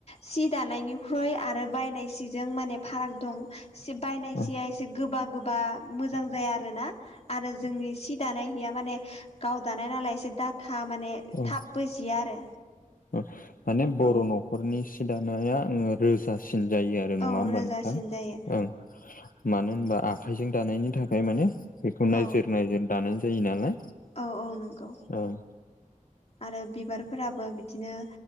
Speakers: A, on the left; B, on the left.
A: सि दानायनिख्रुइ आरो बायनाय सिजों माने फाराग दं बायनाय।
B: ओं
A: सिया एसे गोबा गोबा मोजां जाया आरो ना आरो जोंनि दानायहैया माने गाव दानाय नालाय एसे दाथ माने
B: औ
A: थाबबो जिया आरो
B: माने बर'
A: औ
B: न'खरनि सि दानाया आङो। रोजासिन जायो आरो
A: औ
B: नङा होमबा
A: रोजासिन
B: नोंथां
A: जायो
B: ओ मानो होनबा आखाइजों दानायनि थाखाय माने बेखौ नायजोर
A: औ
B: नायजि दानाय जायो नालाय।
A: औ औ नंगौ
B: ओं
A: आरो बिबारफोराबो बिदिनो।